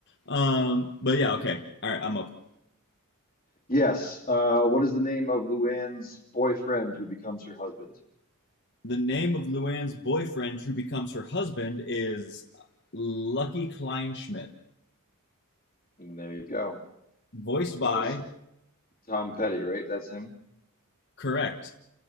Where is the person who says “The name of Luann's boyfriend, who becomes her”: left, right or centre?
Left